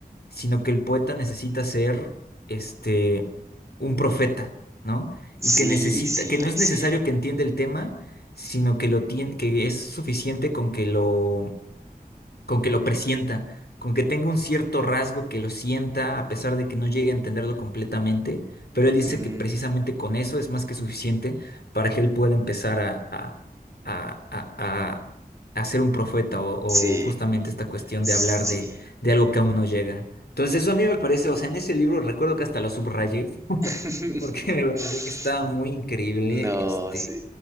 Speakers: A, on the left; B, on the right.
A: sino que el poeta necesita ser este un profeta, ¿no? Y
B: Sí,
A: que necesita,
B: sí,
A: que no es necesario
B: sí.
A: que entienda el tema, sino que lo tiene, que es suficiente con que lo con que lo presienta, con que tenga un cierto rasgo que lo sienta a pesar de que no llegue a entenderlo completamente, pero
B: Ujú.
A: él dice que precisamente con eso es más que suficiente para que él pueda empezar a, a, a, a- a- a ser un profeta o,
B: Sí,
A: o justamente esta cuestión
B: sí.
A: de hablar de, de algo que aún no llega. Entonces eso a mí me parece, o sea, en ese libro recuerdo que hasta lo subrayé
B: <laughs>
A: porque <laughs> me parecía que estaba muy increíble
B: No,
A: este,
B: sí.